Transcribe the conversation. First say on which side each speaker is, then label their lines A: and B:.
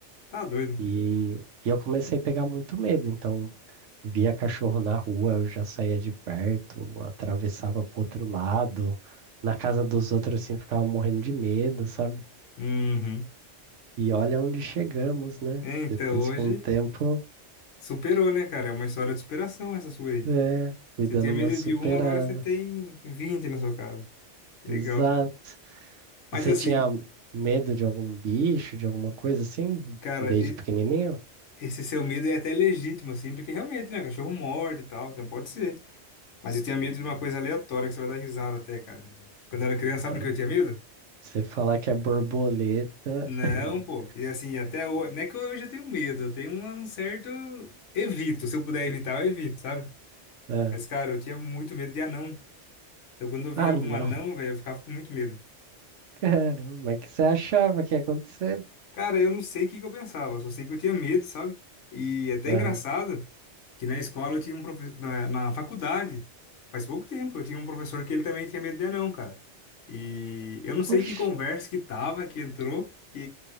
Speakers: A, on the left (about 80°); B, on the right (about 90°).
A: Tá doido.
B: E, e eu comecei a pegar muito medo, então via cachorro na rua, eu já saía de perto, atravessava pro outro lado. Na casa dos outros, assim, ficava morrendo de medo, sabe?
A: Uhum.
B: E olha onde chegamos, né?
A: É, então
B: Depois,
A: hoje
B: com o tempo,
A: superou, né, cara? É uma história de superação essa sua aí.
B: é, fui
A: Você
B: dando
A: tinha medo
B: uma superada.
A: de um, agora você tem 20 na sua casa. Legal.
B: Exato.
A: Mas
B: E você
A: assim,
B: tinha medo de algum bicho, de alguma coisa assim,
A: cara,
B: desde
A: e-
B: pequenininho?
A: esse seu medo é até legítimo, assim, porque realmente, né, cachorro morde e tal, então pode ser. Mas eu tinha medo de uma coisa aleatória que você vai dar risada até, cara. Quando eu era criança, sabe
B: Ah,
A: o que eu tinha medo?
B: Você falar que é borboleta.
A: Não,
B: <laughs>
A: pô. E assim, até hoje, não é que hoje eu tenho medo, eu tenho um um certo evito. Se eu puder evitar, eu evito, sabe?
B: Ah,
A: Mas, cara, eu tinha muito medo de anão. Então, quando eu via
B: ah,
A: algum
B: não.
A: anão,
B: <laughs>
A: velho, eu ficava com muito medo.
B: Caramba, mas que você achava que ia acontecer?
A: Cara, eu não sei o que que eu pensava, só sei que eu tinha medo, sabe? E até
B: Aham.
A: é engraçado que na escola eu tinha um professor, na, na faculdade, faz pouco tempo, eu tinha um professor que ele também tinha medo de anão, cara. E eu não sei
B: Oxi.
A: que conversa que tava, que entrou, e